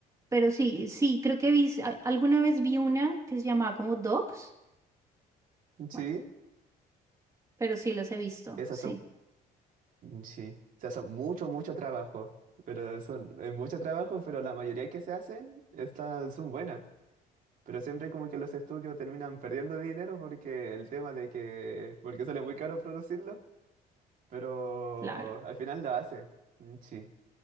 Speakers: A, on the right; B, on the right.
A: pero sí, sí, creo que vi, a- alguna vez vi una que se llamaba como Dogs.
B: sí.
A: Bueno, pero sí las he visto,
B: Esas
A: sí,
B: son, sí. Esas son mucho, mucho trabajo. Pero son, es mucho trabajo, pero la mayoría que se hacen, estas son buenas. Pero siempre como que los estudios terminan perdiendo dinero porque el tema de que, porque sale muy caro producirlo, pero
A: claro.
B: al final lo hacen. Mm, Sí,